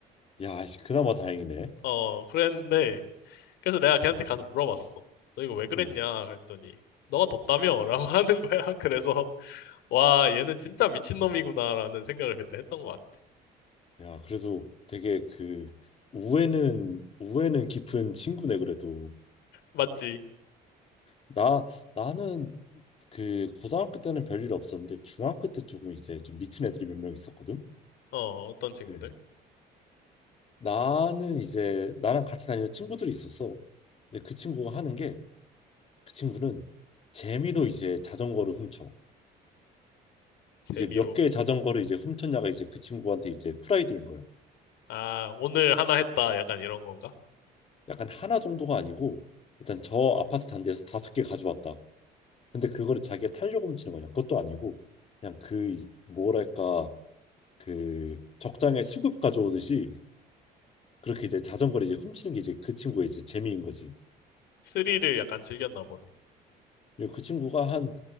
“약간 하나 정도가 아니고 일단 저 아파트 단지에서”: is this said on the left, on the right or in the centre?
Left